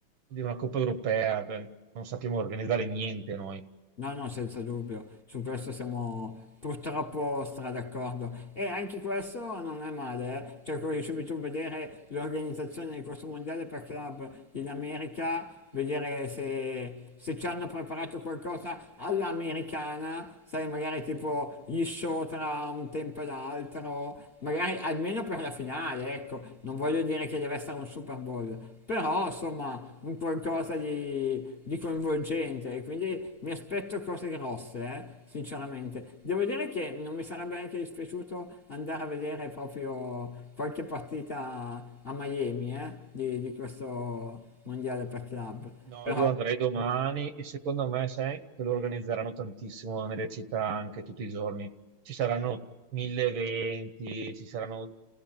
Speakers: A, on the right; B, on the left.
A: di una Coppa europea. Beh, Non sappiamo organizzare niente noi.
B: No, no, senza dubbio, su questo siamo purtroppo stra d'accordo. E anche questo non è male, eh. Cioè, come dicevi tu, vedere l'organizzazione di questo mondiale per club in America, vedere se, se ci hanno preparato qualcosa all'americana, sai, magari tipo gli show tra un tempo e l'altro, magari almeno io per la finale, ecco, non voglio dire che deve essere un Super Bowl, però insomma un qualcosa di, di coinvolgente, quindi mi aspetto cose grosse, eh, sinceramente. Devo dire che non mi sarebbe neanche dispiaciuto andare a vedere proprio qualche partita a Miami, eh, di, di questo mondiale per club.
A: No,
B: Però,
A: io andrei domani e secondo me, sai, che lo organizzeranno tantissimo nelle città anche tutti i giorni. Ci saranno mille eventi, ci saranno